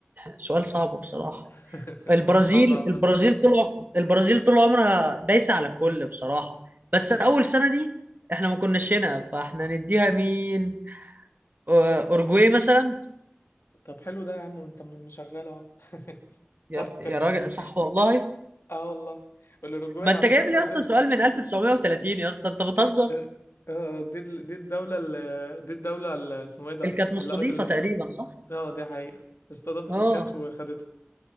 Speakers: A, on the right; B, on the left.
A: سؤال صعب بصراحة
B: <laughs>
A: البرازيل
B: مش صعبه عامه
A: البرازيل طول عم- البرازيل طول عمرها دايسة على الكل بصراحة بس
B: ماشي
A: أول سنة دي احنا ما كناش هنا فاحنا نديها مين أو- أوروجواي مثلا
B: طب حلو ده يا عم وانت مشغل اهو <laughs>
A: يا
B: تعرف تهبط
A: يا راجل صح والله
B: اه والله والاوروجواي
A: ما انت
B: على
A: جايب
B: فكره
A: لي يا
B: دي
A: اسطى
B: ال-
A: سؤال من 1930 يا اسطى انت بتهزر
B: اه آه، آه، دي ال- دي الدوله ال- دي الدوله ال- اسمه ايه ده
A: اللي كانت مستضيفة
B: اللي اللي
A: تقريبا صح؟
B: اه دي حقيقه استضافت
A: اه
B: الكاس وخدته